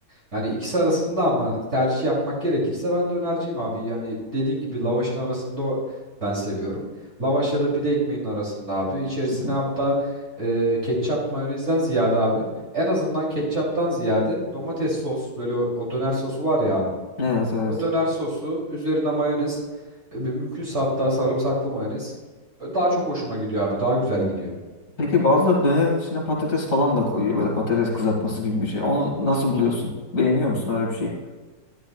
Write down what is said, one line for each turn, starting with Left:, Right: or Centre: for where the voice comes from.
Right: Hani ikisi arasında ama tercih yapmak gerekirse ben dönerciyim abi. Yani dediğin gibi lavaşın arasında o- ben seviyorum. Lavaş ya da pide ekmeğinin arasında abi. İçerisine
Left: Hı hı.
Right: hatta e, ketçap mayonezden ziyade abi. En azından ketçaptan ziyade domates sos böyle o, o döner sosu var ya abi.
Left: Evet evet.
Right: O döner sosu üzerine mayonez. e, Mümkünse hatta sarımsaklı mayonez. Böyle Daha çok hoşuma gidiyor abi. Daha güzel gidiyor.
Left: Peki bazıları dönerin içine patates falan da koyuyor. Böyle patates kızartması gibi bir şey. Onu nasıl buluyorsun? Beğeniyor musun öyle bir şeyi?